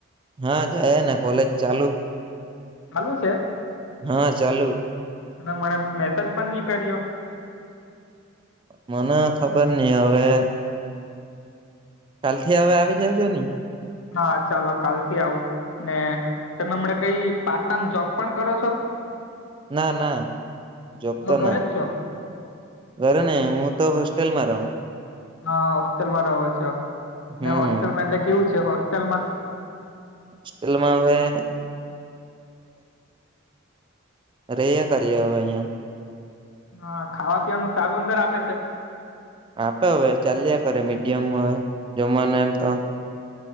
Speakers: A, on the right; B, on the left.
A: હા જાયે ને કોલેજ ચાલુ.
B: ચાલુ છે.
A: હા ચાલુ.
B: હા મને મેસેજ પણ ની કર્યો.
A: મને ખબર નઈ હવે. કાલ થી આવી જાજો ની.
B: હા ચાલો કાલથી આવું ને તમે હમણા કઈ પાર્ટ ટામ જોબ પણ કરો છો?
A: ના ના જોબ તો
B: ઘરે
A: ના.
B: જ છો
A: ઘરે ને હું તો હોસ્ટેલ માં રહું.
B: હા હોસ્ટેલમાં રહો છો
A: હમ
B: ને હોસ્ટેલમાં એટલે કેવું છે હોસ્ટેલમાં.
A: હોસ્ટેલમાં હવે રહ્યા કરીએ હવે અહીંયા.
B: હા ખાવા પીવાનું સારું અંદર આપે છે.
A: આપે હવે ચાલ્યા કરે મીડિયમ હવે જમવાનું એમ તો.